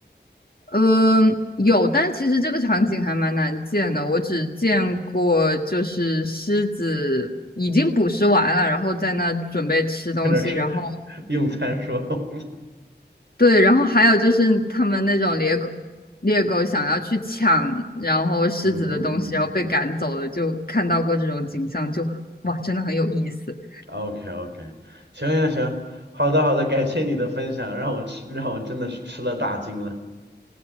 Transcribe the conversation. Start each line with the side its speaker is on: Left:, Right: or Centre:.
Left: 呃，有，但其实这个场景还蛮难见的。我只见过就是狮子已经捕食完了，然后在那准备吃东西，
Right: 在那儿吃
Left: 然后
Right: 用餐是吧？<laughs>
Left: 对，然后还有就是他们那种猎狗，猎狗想要去抢，然后狮子的东西，
Right: 嗯嗯嗯
Left: 然后被赶走了，就看到过这种景象，就哇，真的很有意思。
Right: ，OK OK，行行行，好的好的，感谢你的分享，让我吃让我真的是吃了大惊了。